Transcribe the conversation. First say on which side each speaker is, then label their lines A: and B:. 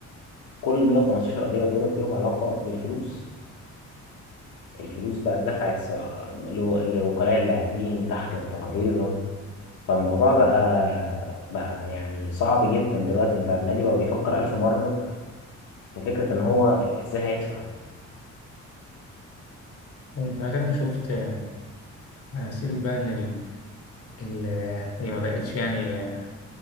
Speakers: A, on the left; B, on the left.
A: كل 115 قضية دولت ليهم علاقة بالفلوس الفلوس بقى اتدفعت س- لو- لوكلاء اللاعبين تحت الترابيزة فالموضوع بقى بقى يعني صعب جدا دلوقتي انت النادي بقى بيفكر ألف مرة في فكرة ان هو ازاي هيدفع
B: انت مثلا شفت آه، انا سيرة بقى ان ال... ال... آه، هي ما بقتش يعني آه،